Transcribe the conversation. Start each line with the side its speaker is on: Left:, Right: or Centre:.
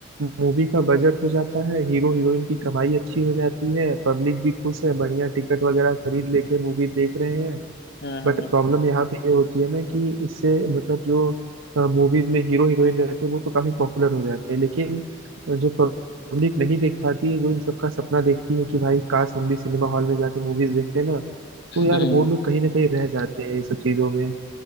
Right: मूवी का बजट हो जाता है हीरो हीरोइन की कमाई अच्छी हो जाती है पब्लिक भी खुश है बढ़िया टिकट वगैरह खरीद लेके मूवी देख रहे हैं
Left: हम्म
Right: बट
Left: हम्म
Right: प्रॉब्लम यहाँ पे ये होती है ना कि इससे मतलब जो मूवीज में हीरो हीरोइन रहते हैं वो तो काफी पॉपुलर हो जाते हैं लेकिन अ, जो पब्लिक नहीं देख पाती है, जो इन सबका सपना देखती है कि भाई काश हम भी सिनेमा हॉल में जाके मूवीज देखते हैं ना तो यार
Left: हम्म,
Right: वो लोग कहीं ना कहीं रह जाते हैं इन सब चीजों में